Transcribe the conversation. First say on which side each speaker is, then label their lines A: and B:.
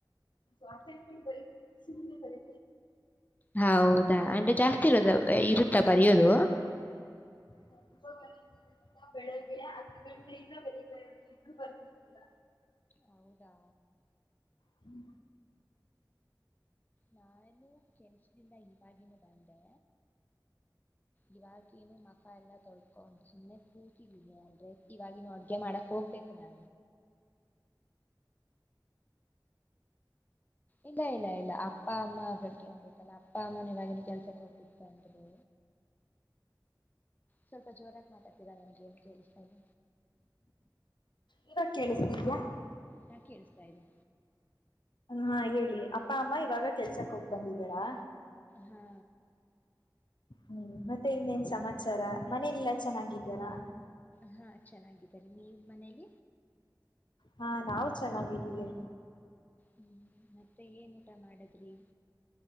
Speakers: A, on the left; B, on the left.
A: ವಚನ ಬರಿ ಸ ಬರಿ
B: ಹ ಹೌದಾ ಅಂದ್ರೆ ಜಾಸ್ತಿ ಇರೋದ ಇರುತ್ತಾ ಬರಯೋದು
A: ಹ ಕ ಬೆಳಗ್ಗೆ ಹತ್ತು ಗಂಟೆಯಿಂದವರೆಗೆ ಎರಡು ಇನ್ನೂ ಬರ್ದಿಲ್ಲ
B: ಹೌದಾ
A: ಹ್ಮ
B: ನಾನು ಕೆಲ್ಸದಿಂದ ಇವಾಗಿವಾಗಿನೂ ಬಂದೆ ಇ ಬಕೆಯನ ಮಫಾ ಎಲ್ಲಾ ತೊಳತ ಸುಮ್ಮನೆ ಕೂತಿದ್ದೀನಿ ಅಂದ್ರೆ ಇವಾಗಿನ ಅಡ್ಗೆ ಮಾಡಕ್ ಹೋಗ್ಬೇಕು ನ ಇಲ್ಲ ಇಲ್ಲ ಇಲ್ಲ ಅಪ್ಪ ಅಮ್ಮ ಅವರು ಿತ್ತಲ್ಲ ಅಪ್ಪ ಅಮ್ಮನವಾಗಿನ ಕೆಲ್ಸಕ್ಕೆ ಹೋಗಬಿಿದ್ದ ಅಂತರು ಸ್ವಲ್ಪ ಜೋರಾಗಿ ಮಾತಾಡ್ತೀರಾ ನನ್ಗೇನು ಕೇಳಿಸ್ತಾ ಇಲ್ಲ
A: ಈಗ ಕೇಳಿಸ್ತಿದ್ಯಾಾ
B: ಹಾ ಕೇಳಿಸ್ತಾ ಇದೆ
A: ಹಾ ಹೇಳಿ ಅಪ್ಪ ಅಮ್ಮ ಇವಾಗ ಕೆಲ್ಸಕ್ ಹೋಗ್ ಬಂದಿದ್ದೀಾರಾ
B: ಹಾ
A: ಹ್ಮ್ ಮತ್ತೆ ಇನ್ನೇನ್ ಸಮಾಚಾರ ಮನೇ ಎಲ್ಲಾ ಚೆನ್ನಾಗಿದ್ದೀಾರಾ
B: ಹಾ ಚೆನ್ನಾಗಿದ್ದಾರೆ ನೀವ ಮನೇಲಿ
A: ಹಾ ನಾವು ಚೆನ್ನಾಗಿದ್ದೀವಿ
B: ಹ್ಮ್ ಮತ್ತೆ ಏನ್ ಊಟ ಮಾಡದ್ರಿ